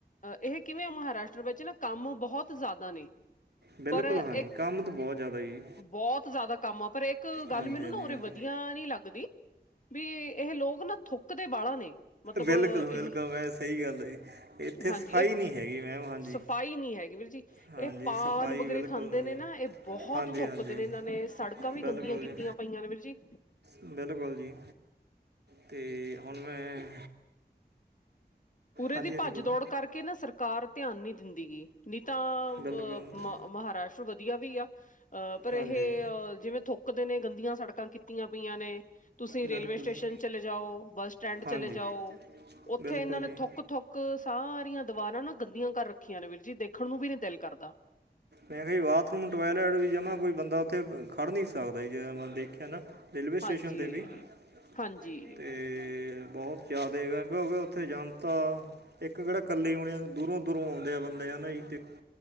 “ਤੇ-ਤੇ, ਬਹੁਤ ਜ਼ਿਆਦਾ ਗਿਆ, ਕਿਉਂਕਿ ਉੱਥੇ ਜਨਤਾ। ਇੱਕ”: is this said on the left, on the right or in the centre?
Right